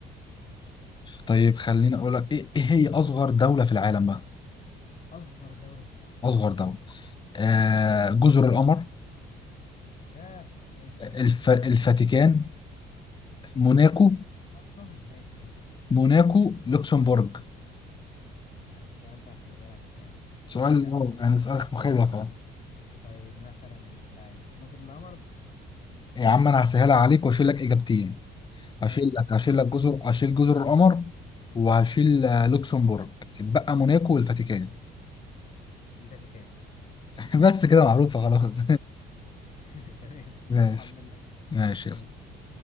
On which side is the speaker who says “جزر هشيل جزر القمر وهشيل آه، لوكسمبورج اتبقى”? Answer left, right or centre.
Left